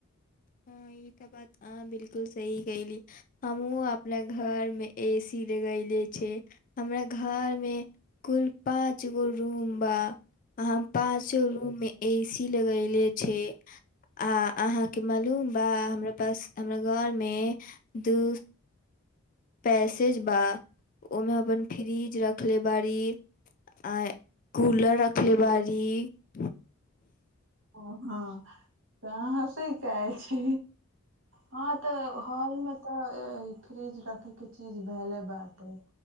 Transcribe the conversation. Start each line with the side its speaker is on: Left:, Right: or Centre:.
Left: हँ ई तऽ बात अहां बिलकुल सही कहिली। हमू अपना घर मे एसी लगले छैय। हमरा घर में कुल पांच गो रूम बा। हम पांचो रूममे एसी लगायले छै आ अहाँ के मालूम बा हमरा पास हमरा घरमे दू पैसेज बा ओमे हम अपन फ्रिज रख रखले बारी आ कूलर रखले बारी री
Right: हं हां त आहाॅं हँसय कहे छी हँ ते हाॅल मे तऽ फ्रीज रखे के चीज धैले बाटे